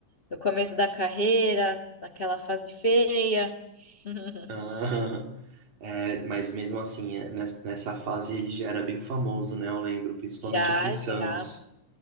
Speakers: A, on the left; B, on the right.
A: no começo da carreira, naquela fase feia. <laughs>
B: <laughs> Ah, é, mas mesmo assim, é, nes- nessa fase ele já era bem famoso, né? Eu lembro, principalmente
A: Já,
B: aqui em Santos.
A: já.